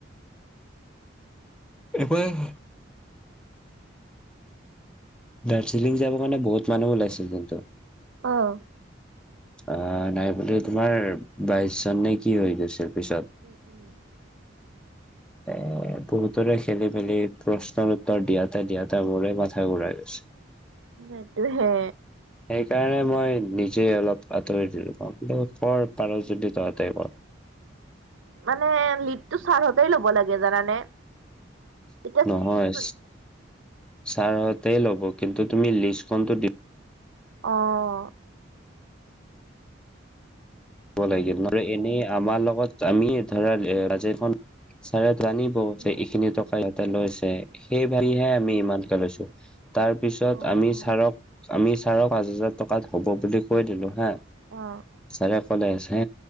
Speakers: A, in the centre; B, on the right.
A: <inaudible> দাৰ্জিলিং যাবৰ কাৰণে বহুত মানুহ ওলাইছিল কিন্তু।
B: অ'।
A: অ', নাই বুলি তোমাৰ বাইশ জন নে কি হৈ গৈছিল। পিছত
B: উম, উম।
A: এ বহুতৰে খেলি মেলি প্ৰশ্নৰ উত্তৰ দিয়াতে দিয়াতে মোৰে মাথা ঘূৰাই গৈছে।
B: নটো হে
A: সেইকাৰণে মই নিজে অলপ আঁতৰি দিলো কওঁ কিন্তু কৰ পাৰ যদি তহঁতে কৰ।
B: মানে লিডটো ছাৰহতেই ল'ব লাগে জানানে? তেতিয়া
A: নহয় ছাৰহঁতে ল'ব কিন্তু তুমি লিষ্টখনতো দি
B: অ',
A: <unintelligible> এনেই আমাৰ লগত আমি ধৰা এ বাজেট খন চাৰে জানিব
B: উম,
A: যে এইখিনি টকা ইহঁতে লৈছে সেই ভাবিহে
B: উম,
A: আমি ইমান লৈছো তাৰ পিছত
B: অ',
A: আমি ছাৰক আমি ছাৰক পাঁচ হাজাৰ টকাত হ'ব বুলি কৈ দিলো হা। ছাৰে
B: অ',
A: কলে আছে হে